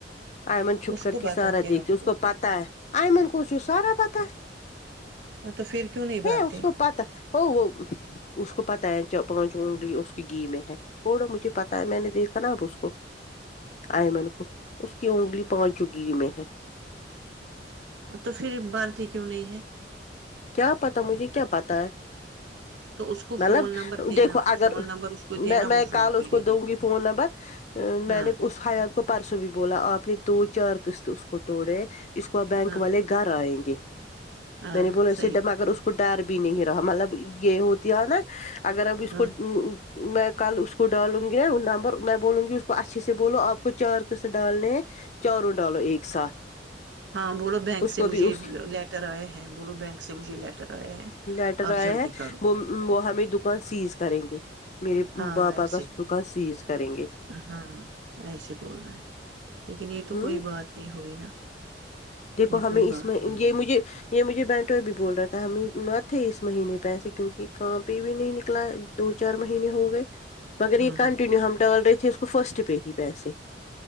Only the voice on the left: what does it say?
آئمن چھپ
کر
کے
سارا دیکھ
اس کو پتہ ہے ایئمن کوچ سارا پتہ ہے
ہ اس کو پتا وہ وہ اس کو پتاہ ہے چ پہنچ اگلی اس کی گھی میں ہے چھڑو مجھے پتا ہے میں نے دیکھا نا اب اس کو آئمن کو اس کی اگلی پانچوں گھی میں ہے
کیا پت مجھے کیا پت ہے؟
مطلب
دیکھو اگر
میں میں
کال اس
کو دوں گی فون نمبر ا
میں نے اس حیات کو پرسوں بھی بولا آپ نے دو چار قسط اس کٹڑ اس کو آ بینک
والے گھر آئیں گے
میں نے بولا
اسےگر
اس
کو ڈر بھی نہیں رہا مطلب یہ ہوتا د نا اگر اب اس
کو میں کل اس کو ڈالوں گی ن نمبر میں بولوں گی اس کو اچھے سے بولو آپ کو چار قس ڈالنے ہیں چاروں ڈالو ایک ساتھ
اس
کو
بھی اس
لیٹر
آئے
ہیں
وہ وہ ہمیں دکان سیز کریں گے میرے
پاپا
کا دکان سیز کریں گے
ہوں
دیکھو
ہمیں
اس
میں
یہ
مجھے یہ مجھے بینٹو بھی بول رہا تھا ہمیں مت ا تھے اس مہینے پیسے کیونکہ کاں پہ بھی نہیں نکلا دو چار مہینے ہو گئے مگر یہ
کنٹینیو
ہم ڈال رہے تھے اس کو فرسٹ پہ ہی پیسے